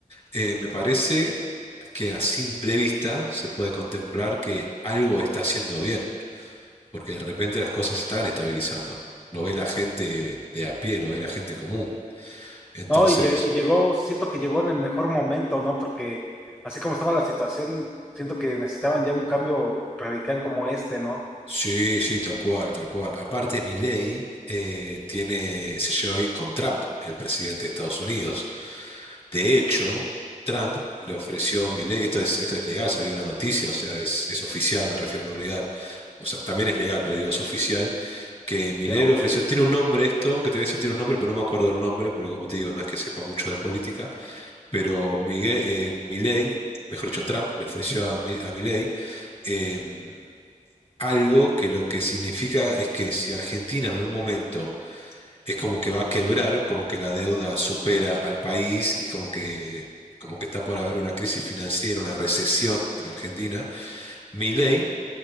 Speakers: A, on the left; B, on the left.
A: Eh, me parece que a simple vista se puede contemplar que algo está haciendo bien, porque de repente las cosas están estabilizando. Lo ve la gente de a pie, lo ve la gente común. Entonces,
B: No, y, lle- y llegó, siento que llegó en el mejor momento, ¿no? Porque así como estaba la situación, siento que necesitaban ya un cambio radical como este, ¿no?
A: sí, sí, tal cual, tal cual. Aparte, Milei eh, tiene, se lleva bien con Trump, el presidente de Estados Unidos. De hecho, Trump le ofreció a Milei, esto es, esto es legal, salió una noticia, o sea, es, es oficial, me refiero, no legal. O sea, también es legal, pero digo, es oficial, que Milei
B: Sí, Ok,
A: le ofreció, tiene un nombre esto, que te voy a decir, tiene un nombre, pero no me acuerdo el nombre, porque como te digo, no es que sepa mucho de política, pero Miguel, eh, Milei, mejor dicho, Trump le ofreció a, Mi- a Milei em, algo que lo que significa es que si Argentina en algún momento es como que va a quebrar, como que la deuda supera al país y como que, como que está por haber una crisis financiera, una recesión en Argentina, Milei